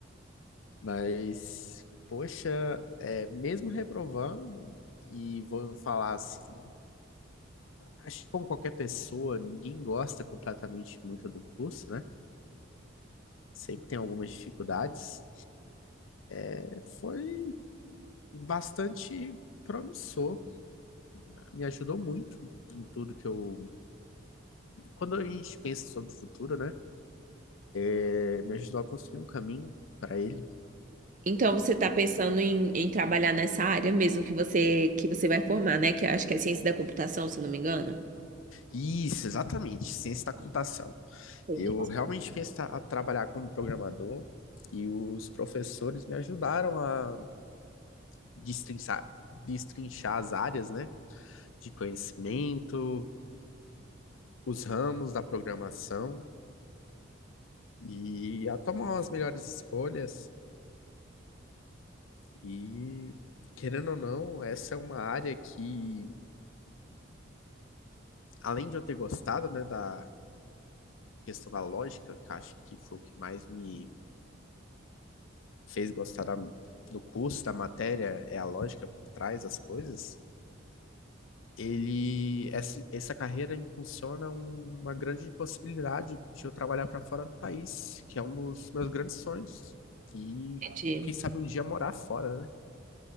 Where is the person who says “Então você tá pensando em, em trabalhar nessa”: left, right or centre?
Right